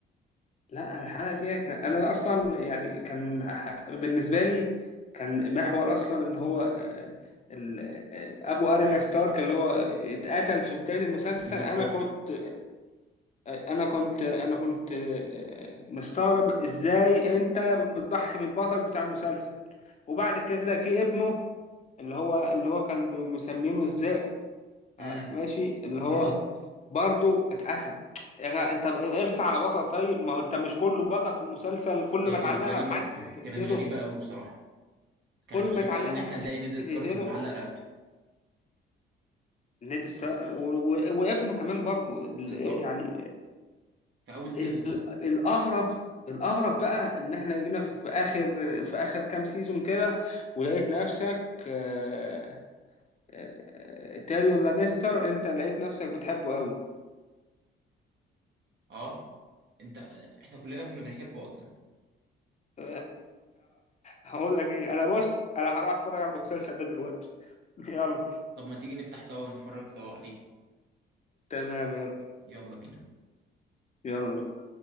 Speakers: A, on the left (about 35°); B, on the right (about 65°).
A: لا الحلقه دي كان انا اصلا يعني كان ح- بالنسبه لي كان محور اصلا ان هو آه، ال- آه، ابو اريا ستارك اللي هو اتقتل في بدايه المسلسل
B: دي
A: انا
B: ستارك
A: كنت آه، انا كنت انا كنت آه، مستغرب ازاي انت بتضحي بالبطل بتاع المسلسل وبعد كده جه ابنه اللي هو اللي هو كان مسمينه ازاي آه،
B: امم
A: ماشي اللي هو مم. برضو اتقتل يا جماعة انت ارسى على بطل طيب ما هو انت مش كله بطل في المسلسل كل
B: هي
A: ما اتعلقنا
B: كانت غريبه
A: بحد
B: كانت
A: تقتله
B: غريبه قوي بصراحه كانت
A: كل
B: غريبه
A: ما اتعلقنا
B: قوي ان احنا
A: بحد
B: نلاقي نيد
A: تقتله
B: ستارك متعلق رقبته
A: نيد ستا... و... و... وابنه كمان برضو ال...
B: بالظبط
A: يعني
B: في اول سيزون
A: ال... الاغرب الاغرب بقى ان احنا جينا في اخر في اخر كام سيزون كده ولقيت نفسك آه، آه، آه، تيريون لانيستر انت لقيت نفسك بتحبه قوي
B: اه انت احنا كلنا كنا بنحبه اصلا
A: <laughs> هقول لك ايه انا بص انا هروح اتفرج على المسلسل ده دلوقتي <laughs> يلا
B: طب ما تيجي نفتح سوا ونتفرج سوا عليه
A: تمام يلا
B: يلا بينا
A: يلا بينا.